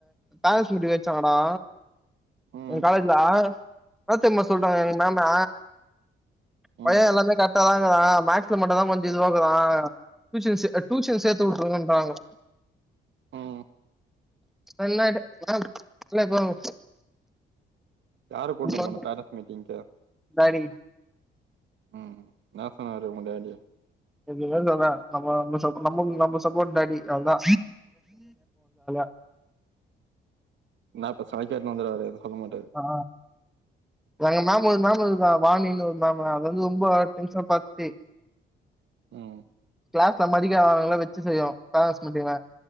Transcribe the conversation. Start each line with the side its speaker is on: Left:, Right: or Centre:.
Centre: பேரன்ஸ் மீட்டிங் வெச்சாங்கடா
Right: ம்
Centre: எங் காலேஜ்ஜில என்னாத்தெர்ம்மா சொல்டாங்க எங் மேமு பய
Right: ம்
Centre: எல்லாமே கர்ட்டாதாகிறா மேக்ஸ்ல மட்டுந்தா கொஞ்ச இதுவாகிறா டூயூசன்ஸ்ஸெ டூயூஸன் சேத்து வுட்டுருங்கோன்றாங்கோ
Right: ம்
Centre: வொன்னா இது ஆ இல்ல போங்க
Right: யாரு கூட்டுனு போன
Centre: வந்து
Right: பேரன்ஸ் மீட்டிங்க்கு
Centre: டாடி
Right: ம் நா சொன்னாரு உங்க டேடியி
Centre: என்னுமேலபா நம்மோ நம்மோ சப் நம்ம நம்ம சப்போர்ட் டாடி அவுள்தா <unintelligible>
Right: நா பேஸ்னாலு கேட்னு வந்துருவாரு எது சொல்ல மாட்டாரு
Centre: ஆ‌ஆ எங்க மேம் ஒரு மேம் இருக்கறாங்க வாணின்னு ஒரு மேம் அத வந்து டென்ஷன் பார்ட்டி
Right: ம்
Centre: கிளாஸ்ல மதிக்கங்காதவனுங்கல வச்சு செய்யு பேரன்ஸ் மீட்டிங்ள